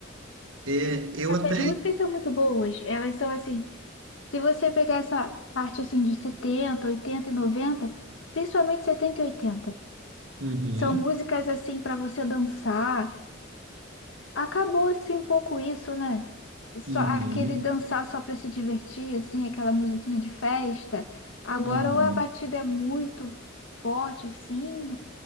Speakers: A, on the right; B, on the left.
A: É, eu até.
B: As músicas são muito boas, elas são assim. Se você pegar essa parte assim de 70, 80 e 90, principalmente 70 e 80,
A: Uhum,
B: são músicas assim para você dançar. Acabou assim um pouco isso, né? Só
A: uhum,
B: aquele dançar só para se divertir, assim, aquela musiquinha de festa. Agora
A: uhum.
B: ou a batida é muito forte, assim,